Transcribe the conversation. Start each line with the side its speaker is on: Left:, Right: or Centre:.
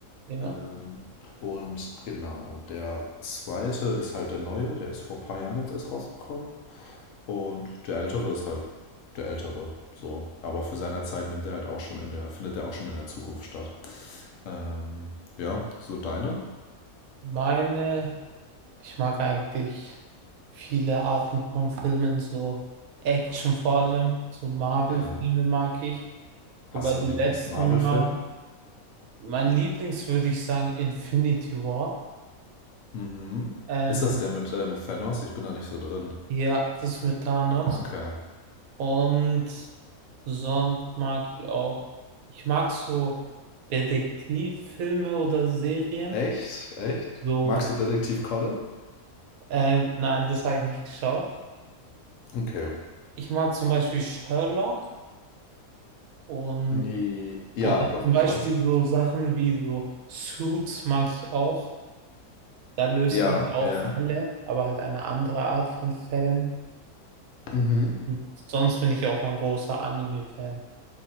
Right: Ja,
Left: Ähm, und genau, der zweite ist halt der neue, der ist vor ein paar Jahren jetzt erst rausgekommen. Und der Ältere ist halt der Ältere, so. Aber für seiner Zeit nimmt er halt auch schon in der, findet er auch schon in der Zukunft statt. Ähm, ja, so deine?
Right: meine, ich mag eigentlich viele Arten von Filmen, so Action vor allem, so Marvel-Filme
Left: Ja.
Right: mag ich.
Left: Hast
Right: Wobei
Left: du
Right: die
Left: einen Lieblings-Marvel-Film?
Right: letzten Marvel, mein Lieblings würde ich sagen Infinity War.
Left: Mhm.
Right: Ähm,
Left: Ist das der mit ähm, Thanos? Ich bin da nicht so drin.
Right: Ja, das ist mit Thanos.
Left: Okay.
Right: Und sonst mag ich auch. Ich mag so Detektivfilme oder Serien.
Left: Echt? Echt?
Right: So,
Left: Magst du Detektiv Conan?
Right: ähm, nein, das habe ich nicht geschaut.
Left: Okay.
Right: Ich mag zum Beispiel Sherlock und
Left: Nee. Ja,
Right: oder
Left: doch,
Right: zum
Left: ich
Right: Beispiel
Left: weiß.
Right: so Sachen wie so Suits mag ich auch. Da löst
Left: Ja,
Right: man auch
Left: ja.
Right: Fälle, aber halt eine andere Art von Fällen.
Left: Mhm.
Right: Und sonst bin ich auch ein großer Anime-Fan.